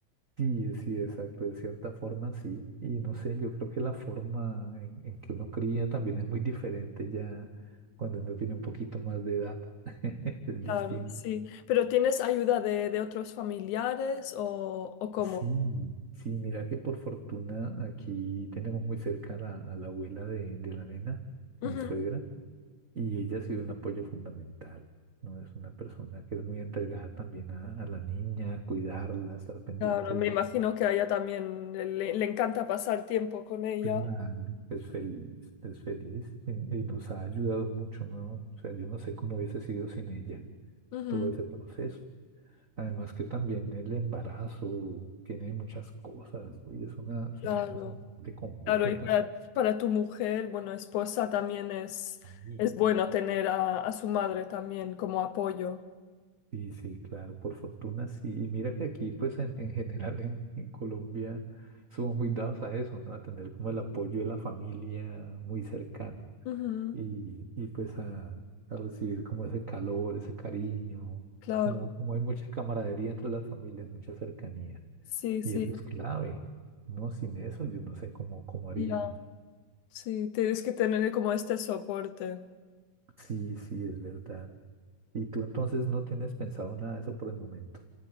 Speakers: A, on the right; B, on the left.
A: sí, sí, exacto, de cierta forma sí. Y no sé, yo creo que la forma en, en que uno cría también es muy diferente ya cuando uno tiene un poquito más de edad. <laughs> Es
B: Claro,
A: distinto.
B: sí. ¿Pero tienes ayuda de, de otros familiares o, o cómo?
A: Sí, sí, mira que por fortuna aquí tenemos muy cerca a la, a la abuela de, de la nena,
B: Ujú.
A: mi suegra, y ella ha sido un apoyo fundamental, ¿no? Es una persona que es muy entregada también a, a la niña, a cuidarla, a estar pendiente
B: Claro, me
A: de ella.
B: imagino que a ella también le, le encanta pasar tiempo con ella.
A: Claro. Es feliz, es feliz y, y nos ha ayudado mucho, ¿no? O sea, yo no sé cómo hubiese sido sin ella
B: Ujú.
A: todo ese proceso. Además que también el embarazo tiene muchas cosas, güey, es una, es
B: Claro,
A: una cosa bastante compleja
B: claro, y
A: también.
B: para, para tu mujer, bueno, esposa también es,
A: Y-
B: es bueno tener a, a su madre también como apoyo.
A: Sí, sí, claro, por fortuna sí. Y mira que aquí, pues en, en general en, en Colombia somos muy dados a eso, ¿no? A tener como el apoyo de la familia muy cercana
B: Ujú.
A: y, y pues a, a recibir como ese calor, ese cariño,
B: Claro,
A: como, como hay mucha camaradería entre las familias, mucha cercanía.
B: sí, sí.
A: Y eso es clave. No, sin eso yo no sé cómo, cómo haríamos.
B: Ya, Sí, tienes que tener como este soporte.
A: Sí, sí, es verdad. Y tú entonces no tienes pensado nada de eso por el momento.